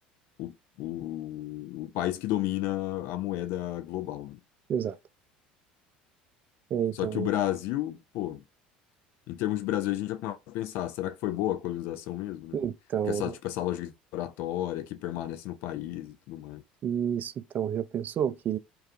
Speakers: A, on the left; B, on the right.
A: o, o, o país que domina a moeda global, né?
B: exato. É, então,
A: Só que o Brasil, pô, em termos de Brasil, a gente já começa a pensar, será que foi boa a colonização mesmo, né?
B: então,
A: Que essa, tipo, essa lógica exploratória que permanece no país e tudo mais.
B: isso, então, já pensou que